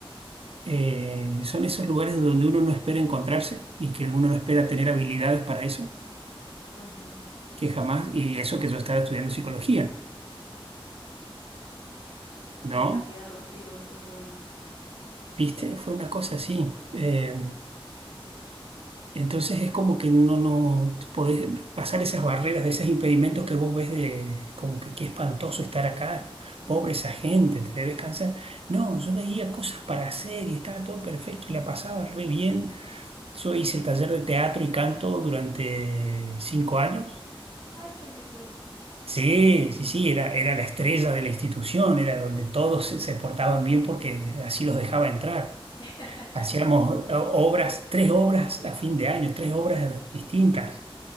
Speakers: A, on the right (about 85°); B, on the left (about 55°).
A: eh, son esos lugares donde uno no espera encontrarse y que uno no espera tener habilidades para eso,
B: Ujú.
A: que jamás, y eso que yo estaba estudiando psicología,
B: Y,
A: ¿no?
B: y la vida lo, y lo puso ahí.
A: ¿Viste? Fue una cosa así. Eh, entonces es como que no, no podés pasar esas barreras, de esos impedimentos que vos ves de como que qué espantoso estar acá, pobre esa gente, te debes cansar. No, yo veía cosas para hacer y estaba todo perfecto y la pasaba re bien. Yo hice el taller de teatro y canto durante cinco años.
B: Ay, qué lindo.
A: Sí, sí, sí, era, era la estrella de la institución, era donde todos se se portaban bien porque así los dejaba entrar.
B: <laughs>
A: Hacíamos eh, obras, tres obras a fin de año, tres obras distintas.